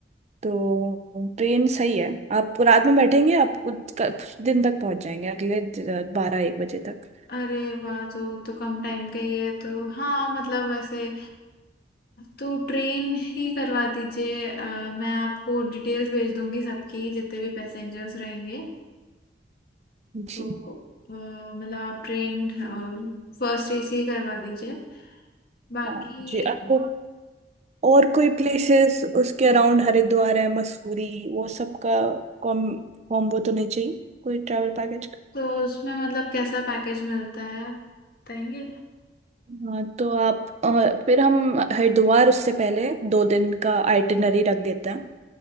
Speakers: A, on the right (about 40°); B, on the left (about 60°).
A: तो ट्रेन सही है आप रात में बैठेंगे आप कुछ कुछ दिन तक पहुँच जाएंगे अगले बारह एक बजे तक
B: अरे वाह तो तो कम टाइम का ही है तो हाँ मतलब वैसे तो ट्रेन ही करवा दीजिए अ, मैं आपको डिटेल्स भेज दूंगी सबकी जितने भी पैसेंजर्स रहेंगे
A: जी
B: तो अ, मतलब आप ट्रेन फर्स्ट एसी करवा दीजिए बाकी
A: हाँ जी आपको और कोई प्लेसेस उसके अराउंड हरिद्वार है मसूरी वो सब का कॉम कॉम्बो तो नहीं चाहिए कोई ट्रैवल पैकेज
B: तो उसमें मतलब कैसा पैकेज मिलता है बताएंगे
A: हाँ तो आप अ, फिर हम हरिद्वार उससे पहले दो दिन का आइटिनरी रख देते हैं